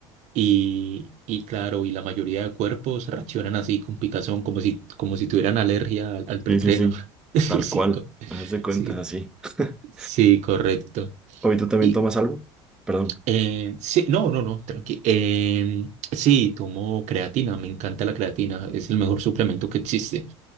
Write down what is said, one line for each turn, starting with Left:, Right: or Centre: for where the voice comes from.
Right: Y, y claro, y la mayoría de cuerpos reaccionan así con picazón, como si, como si tuvieran alergia al, al preentreno.
Centre: Sí, sí, sí.
Right: <laughs> Sí,
Centre: Tal
Right: sí,
Centre: cual.
Right: co-
Centre: Haz de cuenta,
Right: sí,
Centre: así. <laughs>
Right: sí, correcto.
Centre: ¿Hoy tú también
Right: Y
Centre: tomas algo? Perdón.
Right: eh, sí, no, no, no, tranqui. Em, sí, tomo creatina, me encanta la creatina, es el mejor suplemento que existe.